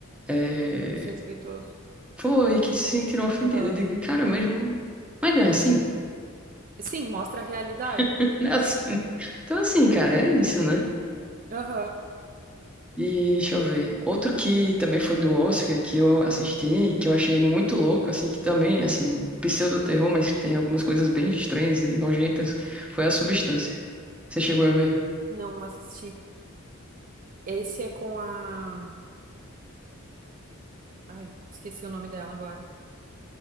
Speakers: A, in the centre; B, on the right.
A: é,
B: desrespeitoso.
A: foi, que se sentiram ofendidas.
B: Aham.
A: Eu digo, cara, mas, não- mas não é assim,
B: Sim, mostra a realidade.
A: <laughs> não é assim. Então, assim, cara, é isso, né?
B: Aham,
A: E deixa eu ver. Outro que também foi do Oscar, que eu assisti, que eu achei muito louco, assim, que também, assim, um pseudo-terror, mas que tem algumas coisas bem estranhas e nojentas, foi A Substância. Você chegou a ver?
B: não assisti. Esse é com a. Ai, esqueci o nome dela agora.